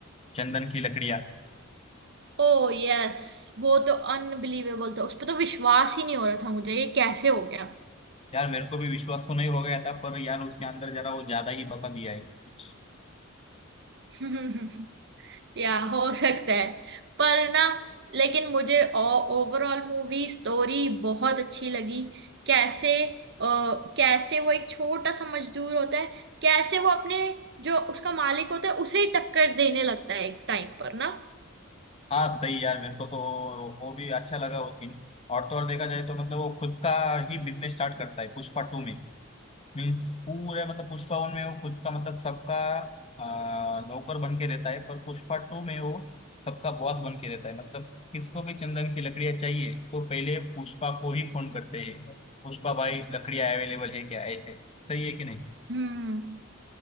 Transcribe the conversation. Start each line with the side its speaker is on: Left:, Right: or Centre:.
Left: चंदन की लकड़ियाँ
Right: ओ यस वो तो अनबिलीवेबल था उस पर तो विश्वास ही नहीं हो रहा था मुझे ये कैसे हो गया
Left: यार मेरे को भी विश्वास तो नहीं हो गया था पर यार उसके अंदर जरा वो ज्यादा ही बता दिया है कुछ
Right: <laughs> या हो सकता है पर ना लेकिन मुझे ओवरऑल मूवी स्टोरी बहुत अच्छी लगी कैसे अ, कैसे वो एक छोटा सा मजदूर होता है कैसे वो अपने जो उसका मालिक होता है उसे ही टक्कर देने लगता है एक टाइम पर ना
Left: हाँ सही यार मेरे को तो वो भी अच्छा लगा वो सीन और तो और देखा जाए तो मतलब वो खुद का ही बिजनेस स्टार्ट करता है पुष्पा टू में मीन्स पूरे मतलब पुष्पा वन में वो खुद का मतलब सबका आ, नौकर बन के रहता है पर पुष्पा टू में वो सबका बॉस बन के रहता है मतलब किसको भी चंदन की लकड़ियां चाहिए तो पहले पुष्पा को ही फोन करते हैं पुष्पा भाई लकड़ियां अवेलेबल है क्या ऐसे सही है कि नहीं
Right: हम्म